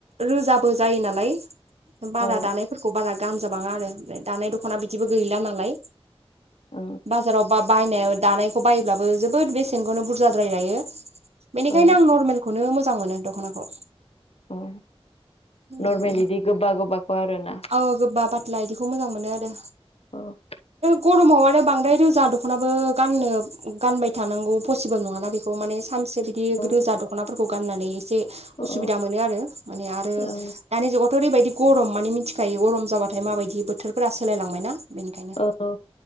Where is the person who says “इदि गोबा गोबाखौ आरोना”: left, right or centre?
Left